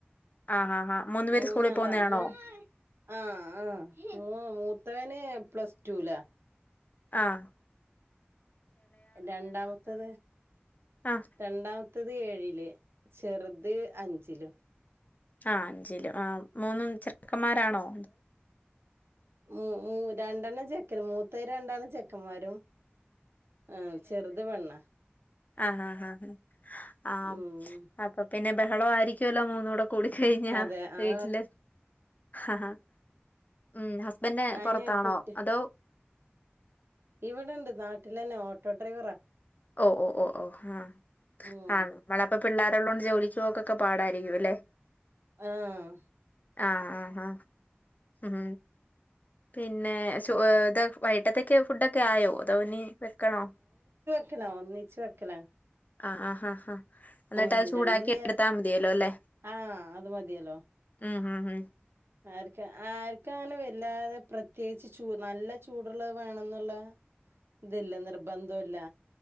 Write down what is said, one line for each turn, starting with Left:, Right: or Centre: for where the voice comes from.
Left: ആഹ് ആഹ് ആഹ് മൂന്നു പേര്
Right: മൂന്നളാ
Left: സ്കൂളിൽ പോകുന്നയാണോ
Right: മൂന്ന് ആഹ, ആഹ മൂന്ന്. മൂത്തവൻ പ്ലസ്ടു ലാ.
Left: ആഹ!
Right: രണ്ടാമത്തത് രണ്ടാമത്തെ,
Left: ആഹ്
Right: രണ്ടാമത്തെഏഴില്, ചെറുത് അഞ്ചിലും.
Left: ആ അഞ്ചില, ആ മൂന്നും ചെക്കന്മാരാണോ?
Right: മ് മ് രണ്ടെണ്ണം ചെക്കന്, മൂത്തത് രണ്ട് ചെക്കന്മാരും. ആഹ, ചെറുത് പെണ്ണാ.
Left: ആഹ.. ആ.. ആാാ.. ആഹ..
Right: ഉം
Left: അപ്പൊ- പിന്നെ ബഹളം ആയിരിക്കുവല്ലോ മൂന്നൂടെ. കൂടിച്ച് കഴിഞ്ഞാൽ
Right: അതെ ആ
Left: വീട്ടില്. ആ ഉ.. ഹസ്ബൻഡ്
Right: അയിന്
Left: പുറത്താണോ?
Right: കുട്ടി
Left: അതോ,
Right: ഇവിടെണ്ട് നാട്ടിൽ തന്നെ, ഓട്ടോ ഡ്രൈവറാ.
Left: ഓ.. ഓ.. ഹാ.. ഇവടാടിപ്പം
Right: ഉം
Left: പിള്ളേരുടെ, പിള്ളേരുള്ളതുകൊണ്ട് ജോലിക്ക്- പോക്കൊക്കെ പാടായിരിക്കും അല്ലേ.
Right: ആഹ!
Left: ആഹ.. ആ്.. ആ.. ഉം, പിന്നെ.. ! വൈകീട്ടത്തേക്ക് ഫുഡ് ഒക്കെ ആയോ, അതോ ഇനി വെക്കണോ?
Right: എല്ലാഒന്നിച്ച് വെക്കലാ.
Left: ആഹ്.. ആ.. ആാ.. ഹാ.. എന്നിട്ട്
Right: ഉം
Left: അത് ചൂടാക്കി
Right: രണ്ടു നേരം
Left: എടുത്താ മതിയല്ലോ അല്ലേ.
Right: ആ അത് മതിയല്ലോ
Left: ആഹ.. ആഹ.. ആഹ.. !
Right: ആർക്ക് ആർക്കും അങ്ങനെ വല്ലാതെ പ്രത്യേകിച്ചും, ചു നല്ല- ചൂടുള്ള വേണമെന്നുള്ള. ഇല്ല, നിർബന്ധല്ല.